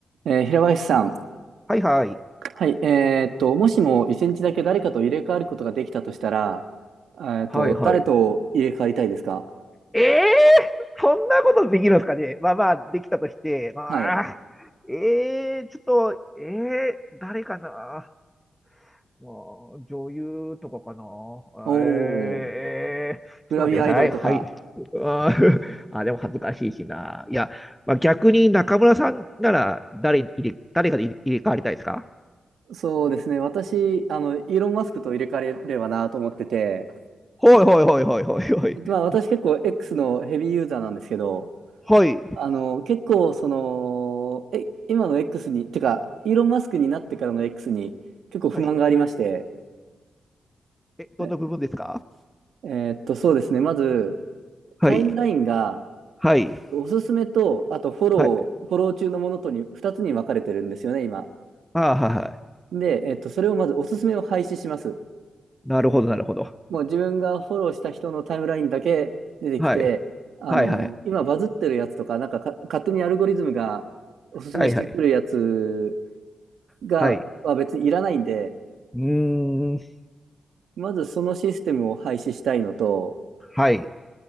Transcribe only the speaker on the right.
えー平林さん、
はい、えーっと、もしも一日だけ誰かと入れ替わることができたとしたら、えーっと、
誰と入れ替わりたいですか
はい。
おー、
グラビアアイドルとか。
そうですね、私、あの、イーロン・マスクと入れ替えればなと思ってて、
まあ、私結構 X のヘビーユーザーなんですけど、
あの、結構、その、え、今の X に、てか、イーロン・マスクになってからの X に結構不満がありまして、
え、えーっと、そうですね、まず、
タイムラインが、
おすすめと、あとフォロー、
フォロー中のものとに2つに分かれてるんですよね、今。
で、えっと、それをまずおすすめを廃止します。
もう自分がフォローした人のタイムラインだけ出てきて、
あの、
今バズってるやつとか、なんか、か勝手にアルゴリズムがおすすめしてくるやつ
が、
は別にいらないんで、
まずそのシステムを廃止したいのと、